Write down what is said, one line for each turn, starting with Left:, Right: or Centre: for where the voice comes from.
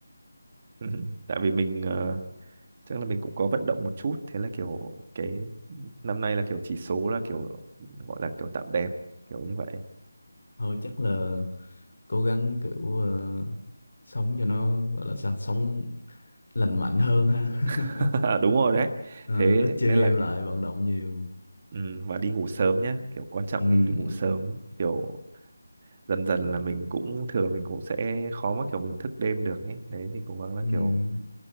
Right: <laughs> tại vì mình ờ, chắc là mình cũng có vận động một chút thế là kiểu cái năm nay là kiểu chỉ số là kiểu gọi là kiểu tạm đẹp kiểu như vậy
Left: thôi chắc là cố gắng kiểu ờ, sống cho nó gọi là sao sống lành mạnh hơn ha <laughs>
Right: <laughs> đúng rồi đấy
Left: Ờ,
Right: thế
Left: ít chơi
Right: nên
Left: game
Right: là
Left: lại vận động nhiều
Right: ừ, và đi ngủ sớm nhá kiểu quan trọng
Left: Ừm,
Right: đi đi ngủ sớm kiểu dần dần là mình cũng thường mình cũng sẽ khó mà kiểu mình thức đêm được ấy đấy thì cố gắng là
Left: ừm,
Right: kiểu